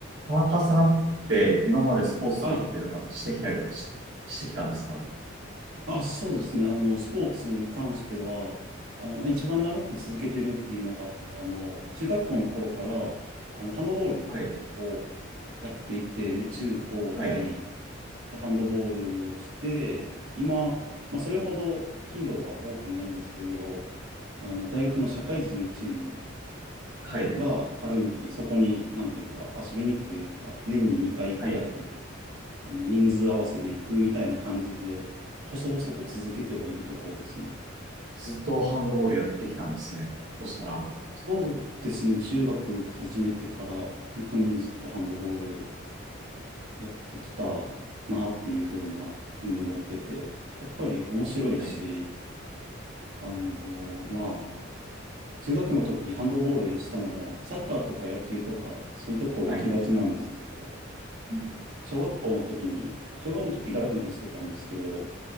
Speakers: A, on the right; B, on the right.
A: 田中さんって今までスポーツとかっていうのかしてきたりとかし、
B: はい。
A: してきたんですか
B: あ、そうですね。あの、スポーツに関しては、あの、まあ、一番長く続けてるっていうのが、あの、中学校の頃から、あの、ハンドボールを
A: はい、
B: やっていて、で、中高大
A: はい、
B: でハンドボールをして、今、まあ、それほど頻度は多くないんですけど、あの、大学の社会人のチーム
A: はい、
B: があるんで、そこに、なんというか、遊びに行くというか、年に2回ぐらい、
A: はい。
B: あの、人数合わせで行くみたいな感じで、細々と続けてはいるところですね。
A: ずっとハンドボールやってきたんですね。そしたら、
B: そうですね、中学始めてから、本当にずっとハンドボールやってきたなっていうふうな、ふうに思ってて、やっぱり面白いし、
A: はい、
B: あのまあ、中学の時ハンドボールしたのも、サッカーとか野球とか、そういうところ行きがちなんですけど、
A: はい、うん
B: 小学校の時に、小学校の時ラグビーしてたんですけど、